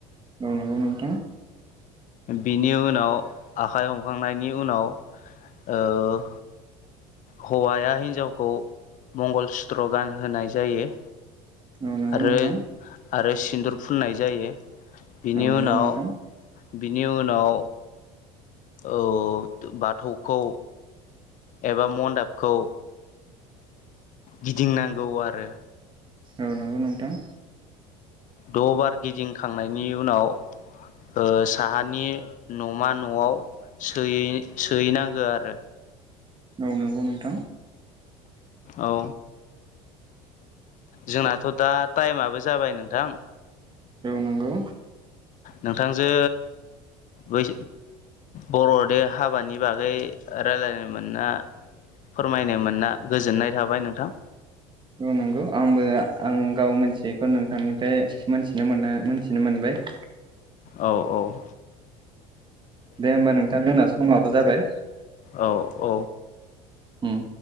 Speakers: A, on the right (about 30°); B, on the left (about 50°).
A: औ नंगौ नोंथां
B: बिनि उनाव आखाइ हमखांनायनि उनाव ओ हौवाया हिन्जावखौ मंगल सुत्र गान होनाय जायो।
A: औ नंगौ
B: आरो
A: नोंथां।
B: आरो सिन्दुर फुननाय जायो। बिनि
A: औ नंगौ
B: उनाव
A: नोंथां।
B: बिनि उनाव औ बाथौखौ एबा मन्दाबखौ गिदिंनांगौ आरो
A: औ नंगौ नोंथां।
B: द' बार गिदिंखांनायनि उनाव ओ साहानि न'मा न'आव सोयै सोयैनांगौ आरो।
A: औ नंगौ नोंथां।
B: औ जोंनाथ' दा टाइमाबो जाबाय नोंथां
A: औ‌ नंगौ
B: नोंथांजों बै बर'नि हाबानि बागै राय्लायनो मोनना फोरमायनो मोनना गोजोननाय थाबाय नोंथां।
A: औ नंगौ आंबो आं गाव मोनथियैखौ नोंथांनिफ्राय मोनथिनो मोन मोनथिनो मोनबाय। <inaudible>
B: औ औ
A: दे होमबा नोंथां जोंना समाबो जाबाय।
B: औ औ
A: उम